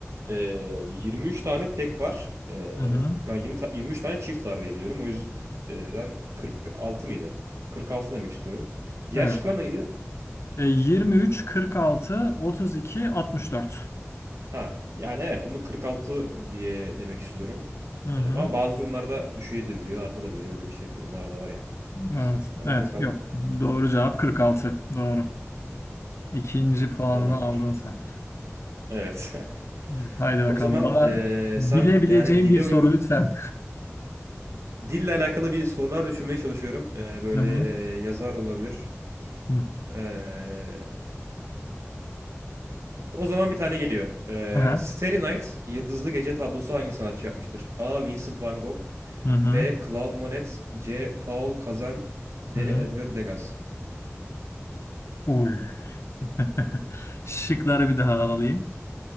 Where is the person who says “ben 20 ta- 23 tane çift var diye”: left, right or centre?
Right